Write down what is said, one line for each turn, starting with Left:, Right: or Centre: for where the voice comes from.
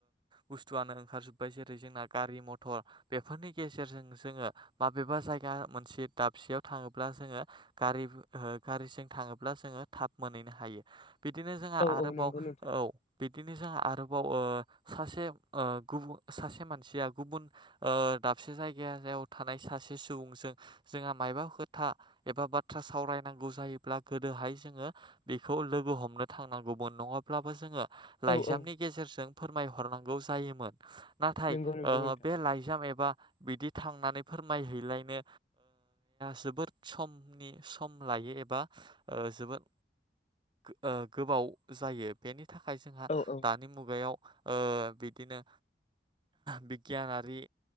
Right: बुस्थुआनो ओंखारजोब्बाय जेरै जों जोंना गारि मथर बेफोरनि गेजेरजों जोङो माबेबा जायगा मोनसे दाबसेयाव थाङो। अबला जोङो गारि ओ गारिजों थाङोब्ला जोङो थाब मोनहैनो हायो। बिदिनो जोंहा
Left: औ
Right: आरोबाव
Left: औ नंगौ नोंथां
Right: औ बिदिनो जोंहा आरो अबाव ओ सासे ओ गुबु मानसिया गुबुन दाबसे जायग ज याव थानाय सासे सुबुंजों जोंहा मायाबा खोथा एबा बाथ्रा सावरायनांगौ जायोब्ला गोदोहाय जोङो बेखौ लोगो हम हनो थांनांगौमोन नङाब्लाबो जोङो लाइजामनि
Left: औ औ
Right: गेजेरजों फोरमायहरनांगौ जायोमोन। नाथाय
Left: नंगौ नंगौ नोंथां
Right: बे लाइजाम एबा बिदि थांनानै फोरमायहैलायनो जोबोद समनि सम लायो एबा जबोन गोबाव जायो बेनि थाखाय जोंहा
Left: औ औ
Right: दानि मुगायाव बिदिनो बिगियानारि